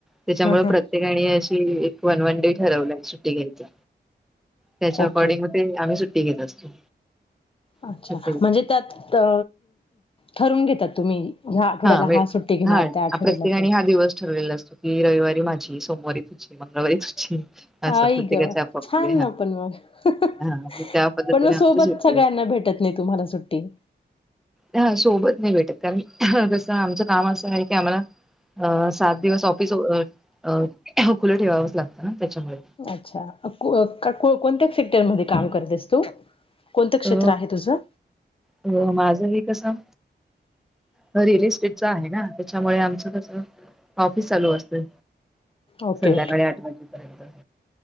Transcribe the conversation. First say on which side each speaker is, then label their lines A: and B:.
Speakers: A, in the centre; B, on the left.
A: त्याच्यामुळे
B: हं हं
A: प्रत्येकाने अशी एक वन, वन, डे ठरवलाय सुट्टी घ्यायची. त्याच्या
B: ओके
A: अकोडींग म ते आम्ही सुट्टी घेत असतो.
B: अच्छा,
A: प्रत्येक
B: म्हणजे
A: जण.
B: त्यात अ ठरून घेतात तुम्ही. ह्या आठवड्याला
A: हा वेग
B: सुट्टी घेणार
A: हा
B: त्या आठवड्याला
A: प्रत्येकाने
B: तो
A: हा दिवस ठरलेला असतो. की रविवारी माझी सोमवारी तुझी मंगळवारी तुझी असं
B: आई
A: प्रत्येकाच्या
B: ग
A: आपापले
B: छान ना, पण मग पण
A: हा त्या पद्धतीने
B: मग
A: आमची
B: सोबत
A: सुट्टी
B: सगळ्यांना,
A: असते
B: भेटत नाही तुम्हाला सुट्टी
A: हा सोबत नाही भेटत कारण कसं आमचं काम असं आहे की आम्हाला अ सात दिवस ऑफिस अ अ खुलं ठेवावंच लागतं ना, त्याच्यामुळे
B: अच्छा, अ कोव कोणत्या सेक्टरमध्येध्ये काम करतेस तू? कोणतं क्षेत्र
A: अ
B: आहे तुझं?
A: अ माझं ही कसं घरी <unintelligible> रिअल इस्टेटचा आहे ना त्याच्यामुळे आमचं कस ऑफिस चालू असते
B: ओके
A: संध्याकाळी, आठ वाजेपर्यंत.